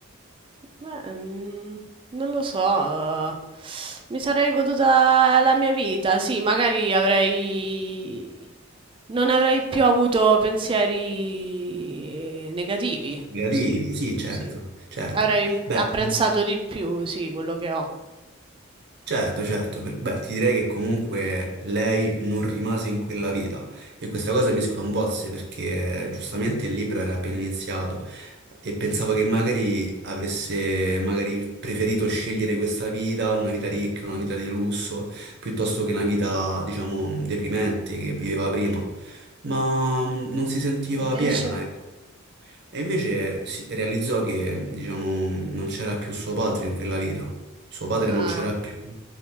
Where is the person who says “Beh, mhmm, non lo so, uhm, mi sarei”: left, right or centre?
Right